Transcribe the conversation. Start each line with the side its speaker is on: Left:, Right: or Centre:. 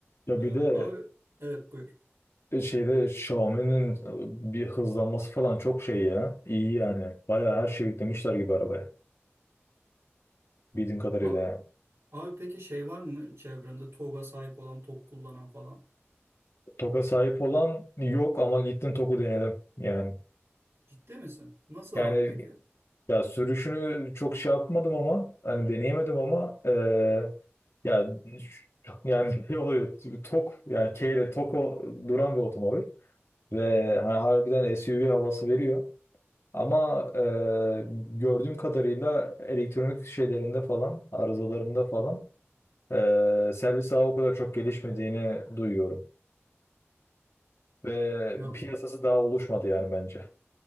Left: Ya
Right: E,
Left: bir de
Right: abi evet buyur.
Left: e, şeyde Xiaomi'nin e, bir hızlanması falan çok şey ya. İyi yani. Bayağı her şeyi yüklemişler gibi arabaya. Bildiğim kadarıyla
Right: Abi,
Left: yani.
Right: abi peki şey var mı çevrende TOG'a sahip olan, top kullanan falan?
Left: TOG'a sahip olan yok ama gittim Toku denedim yani.
Right: Ciddi misin? Nasıl
Left: Yani
Right: abi peki?
Left: ya sürüşünü çok şey yapmadım ama hani deneyemedim ama eee ya yani <laughs> ne oluyor? TOG yani K ile TOG'u duran bir otomobil ve hani harbiden SUV havası veriyor. Ama e, gördüğüm kadarıyla elektronik şeylerinde falan, arızalarında falan e, servis ağı o kadar çok gelişmediğini duyuyorum. Ve
Right: Ya
Left: piyasası daha oluşmadı yani bence.